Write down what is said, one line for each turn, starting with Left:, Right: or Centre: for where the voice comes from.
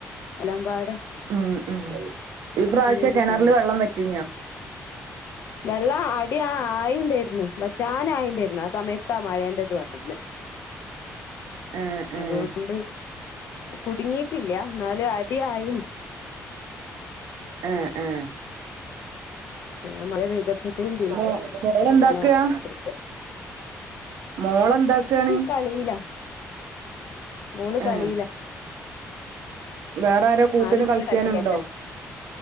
Left: എല്ലാം പാടെ
Right: ഉ ഉ ഉ പ്രാവശ്യ
Left: അങ്ങനൊരിതുണ്ട്
Right: കിണറില് വെള്ളം പറ്റിഞ്ഞ
Left: വെള്ള അടി ആയിണ്ടായിന്ന് വച്ചാന ആയിണ്ടായിരുന്നു ആ സമയത്താ മഴയേണ്ട അത് പറെ
Right: ഏ ഏ
Left: അതൊണ്ട് കുടുങ്ങി കിട്ടില്ല നാലല് അടിയ ആയിന്
Right: ആഹ ആഹ
Left: ഞാൻ മഴ പെയദഭ്യത്തും പിന്ന
Right: മോ മോളെന്താക്കാ
Left: പി
Right: മോളെന്താക്കാണ്
Left: കളിയിലാ മോള്
Right: ഏ
Left: കളില
Right: വേറെ ആരോ കൂട്ടിന്
Left: ആരുില്ല
Right: കളിക്കാനുണ്ടോ
Left: ക